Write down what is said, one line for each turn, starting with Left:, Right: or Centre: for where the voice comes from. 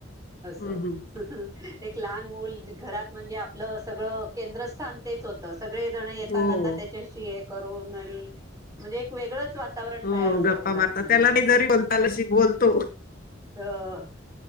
Right: असो.
Left: हं, हं.
Right: एक लहान मुल घरात म्हणजे आपलं सगळं केंद्रस्थान तेच होतं सगळे जातात
Left: हो.
Right: त्याच्याशी हे करून आणि म्हणजे एक वेगळंच वाता वरण
Left: हो,
Right: तयार होत
Left: गप्पा
Right: घरात
Left: मारतात.
Right: म्हणजे
Left: त्याला
Right: असं
Left: नाही जरी बोलता आलं तशी बोलतो.
Right: हो.